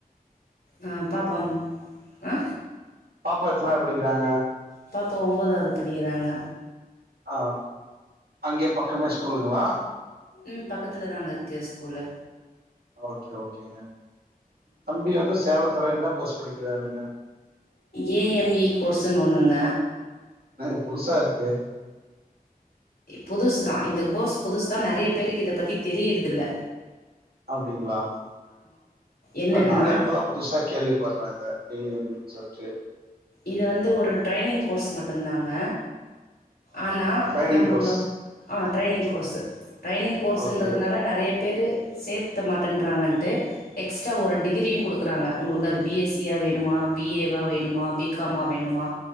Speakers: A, on the left; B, on the right.
A: ஆஹ் பாப்பாவும் ஆஹ
B: பாப்பா எத்தனாவது படிக்கிறாங்க
A: பாப்பா ஒன்பதாவது படிக்கிறாங்க
B: ஆஹ் அங்கே பக்கமே ஸ்கூலுங்களா
A: உம் பக்கத்துல தாங்க இருக்கு ஸ்கூல்லு
B: ஓகே ஓகே தம்பி வந்து சேலத்துல என்ன கோர்ஸ் படிக்கிறாருங்க
A: ஏ எம் இ கோர்ஸ்ன்னு ஒண்ணுங்க
B: என்னங்க புதுசா இருக்கு
A: புதுசுதான் இந்த கோர்ஸ் புதுசு தான் நெறைய பேருக்கு இத பத்தி தெரியறது இல்ல
B: அப்டிங்களா
A: என்னன்னா
B: இல்ல நானே இப்பதான் புதுசா கேள்விப்படுறேன் ஏ எம் இ சொல்லிட்டு
A: இது வந்து ஒரு ட்ரைனிங் கோர்ஸ் மட்டுதாங்க ஆனா
B: ட்ரைனிங்
A: நம்ம
B: course
A: training course training கோர்ஸ்ன்றதுனால
B: okay
A: நெறைய பேரு சேர்த்த மாட்டோங்க எக்ஸ்ட் ஒரு டிகிரியும் குடுக்குறாங்க உங்களுக்கு அது பி எஸ் சி வேணுமா பி ஏ வ வேணுமா அப்டினு பி க் கமா வேணுமா